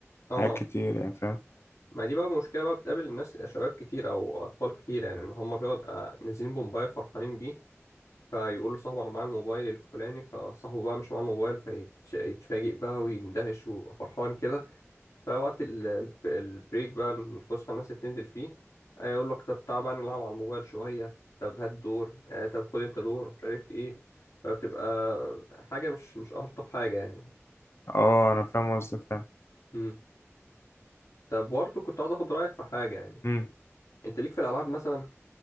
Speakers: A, on the left; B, on the left.
A: اه
B: حاجات كتير يعني فاهم
A: ما دي بقى مشكلة بقى بتقابل الناس آه، شباب كتير أو أطفال كتير يعني إن هما بيبقوا نازلين بموبايل فرحانين بيه فيقول لصاحبه انا معايا الموبايل الفلاني فصاحبه بقى مش معاه الموبايل فيتفاجئ بقى ويندهش ويبقى فرحان كده فوقت ال- ال- البريك بقى الفسحه الناس اللي بتنزل فيه آه، يقول لك طب تعال بقى نلعب على الموبايل شويه طب هات دور آه، طب خد انت دور مش عارف ايه فبتبقى حاجه مش مش الطف حاجه يعني
B: اه انا فاهم قصدك فاهم
A: امم طب برضه كنت عاوز اخد رايك في حاجه يعني
B: مم.
A: انت ليك في الالعاب مثلا